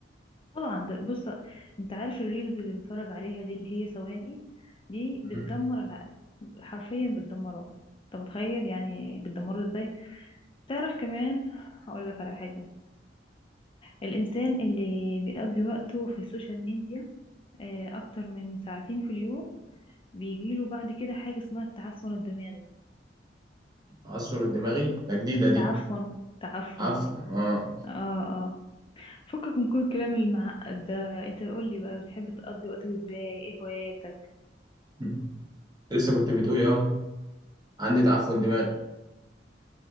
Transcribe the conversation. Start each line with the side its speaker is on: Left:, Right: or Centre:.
Left: طبعا ده بص انت عارف الريلز اللي بنتفرج عليها دي اللي هي ثواني دي بتدمر
Right: مم.
Left: العقل حرفيا بتدمره انت متخيل يعني بتدمره ازاي تعرف كمان هقول لك على حاجة الإنسان اللي بيقضي وقته في السوشيال ميديا آه، أكتر من ساعتين في اليوم بيجيله بعد كده حاجة اسمها التعفن الدماغي
Right: التعثر الدماغي ده جديدة
Left: التعفن
Right: دي
Left: تعفن
Right: عفوا آه
Left: اه اه فكك من كل الكلام المعقد ده انت قول لي بقى بتحب تقضي وقتك ازاي ايه هواياتك
Right: <laughs> لسه كنت بتقولي أهو عندي تعفن دماغي